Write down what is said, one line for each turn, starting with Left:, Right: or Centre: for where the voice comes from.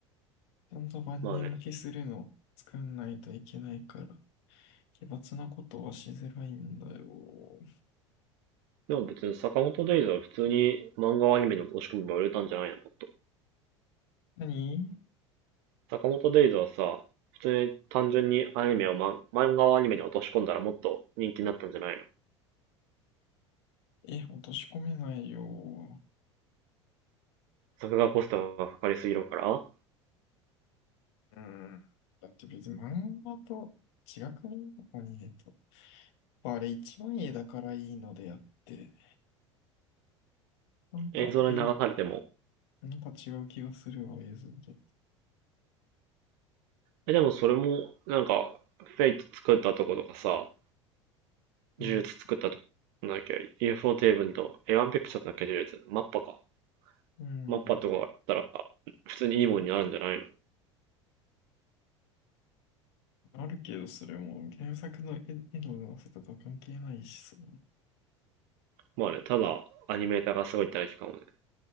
Left: ちゃんと万人受けするの、
Right: まあね。
Left: 作んないといけないから、奇抜なことはしづらいんだよ。
Right: でも別に坂本デイズは普通に漫画をアニメの押し込みば売れたんじゃないの、もっと。
Left: 何
Right: 坂本デイズはさ、普通に単純にアニメをま漫画をアニメに落とし込んだらもっと人気になったんじゃないの
Left: え、落とし込めないよ。
Right: 作画コストがかかりすぎるから
Left: うん。だって別に漫画と違くねアニメと。あれ一番絵だからいいのであって、なんか、
Right: 映像で流されても。
Left: え、なんか違う気がするわ、映像と。
Right: え、でもそれも、なんか、フェイク作ったとことかさ、
Left: うん。
Right: 呪術作ったとこなんだっけ ?UFO テーブルと A1 ピクチャーだっけ呪術マッパか。
Left: うん。
Right: マッパとかやったらさ、普通にいいもんになるんじゃないの
Left: あるけど、それも原作の絵、絵の上手さとは関係ないしさ。
Right: まあね、ただ、アニメーターがすごいってだけかもね。